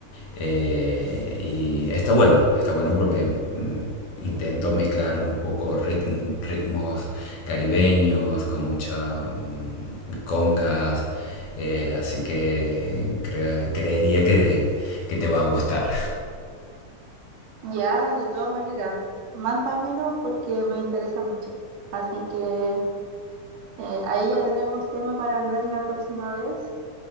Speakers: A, on the left; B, on the right.
A: Eh, y está bueno, está bueno porque mm, intento mezclar un poco ritm- ritmos caribeños con muchas um, congas, eh, así que cre- creería que, que te va a gustar.
B: Ya, de todas maneras, mándamelo porque me interesa mucho. Así que eh, ahí ya tenemos tema para hablar la próxima vez.